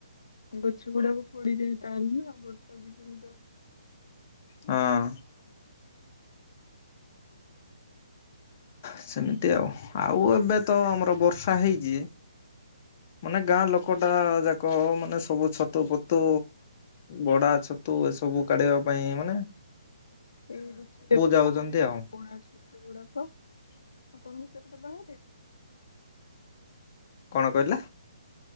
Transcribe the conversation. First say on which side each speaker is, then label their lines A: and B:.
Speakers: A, on the left; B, on the left.
A: ଗଛ ଗୁଡାକ ପଡିଯାଏ ତାହେଲେ ନା ବର୍ଷା ଦିନ ବିତ
B: ହଁ। ସେମିତି ଆଉ ଆଉ ଏବେ ତ ଆମର ବର୍ଷା ହେଇଛି। ମାନେ ଗାଁ ଲୋକ ଟା ଯାକ ମାନେ ସବୁ ଛତୁ ଫତୁ ବଡା ଛତୁ ତୁ ଏସବୁ କାଢେଇିବା ପାଇଁ ମାନେ ‌
A: ଏଇ ଋତୁରେ ଯୋଉ
B: ଯାଉଛନ୍ତି
A: ବାହାରେ
B: ଆଉ।
A: ବୋଡା ଛତୁ ଗୁଡାକ ଆପଣଙ୍କ ସେପଟେ ବାହାରେ।
B: କଣ କହିଲେ।